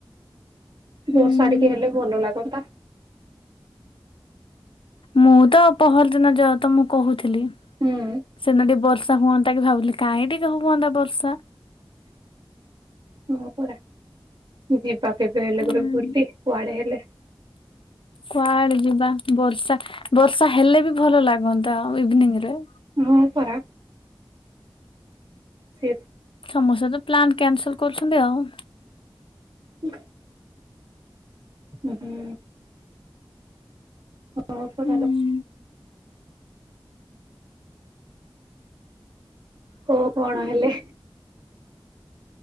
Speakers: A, on the left; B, on the right.
A: ହୁଁ
B: ବର୍ଷା ଟିକେ ହେଲେ ଭଲ ଲାଗନ୍ତା।
A: ମୁଁ ତ ପହରଦିନ ଯେହେତୁ ମୁଁ କହୁଥିଲି
B: ହୁଁ
A: ସେଦିନ ଟିକେ ବର୍ଷ ହୁଅନ୍ତା କି ଭାବୁଥିଲି କାଇଁ ଟିକେ ହୁଅନ୍ତା ବର୍ଷା
B: ହଁ ପରା ଯିବା କେବେ ହେଲେ
A: ହୁଁ
B: ଗୋଟେ ବୁଲି, କୁଆଡେ ହେଲେ?
A: କୁଆଡେ ଯିବା? ବର୍ଷା ବର୍ଷା ହେଲେ ବି ଭଲ ଲାଗନ୍ତା ଆଉ ଇଭିନିଂରେ।
B: ହଁ ପରା। ସେ
A: ସମସ୍ତେ ତ ପ୍ଲାନ୍ କ୍ୟାନସଲ୍ କରୁଛନ୍ତି ଆଉ।
B: ହୁଁ। ଉଁ - ହୁଁ। <unintelligible>
A: ହୁଁ।
B: କୁହ କଣ ହେଲେ?